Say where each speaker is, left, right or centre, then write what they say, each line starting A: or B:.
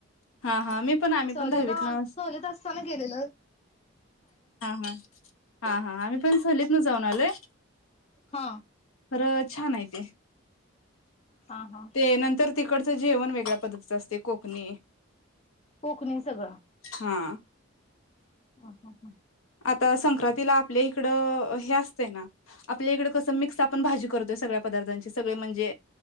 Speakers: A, on the left (about 80°); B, on the left (about 30°).
A: हा हा मी पण आम्ही
B: सहलीला
A: पण दहावीत ना
B: सलीत असताना गेलेल.
A: हा हा, हा हा आम्ही पण सलीत न जाऊन आलोय.
B: हा.
A: खरं छान आहे ते.
B: हा हा
A: ते नंतर तिकड जेवण वेगळ्या पद्धतीच असतय कोकणी.
B: कोकणी सगळं,
A: हा
B: हा. <unintelligible>
A: आता संक्रांतीला आपल्या इकडं हे असतय ना आपल्या इकड कस मिक्स आपण भाजी करतोय सगळ्या पदार्थांची सगळे म्हणजे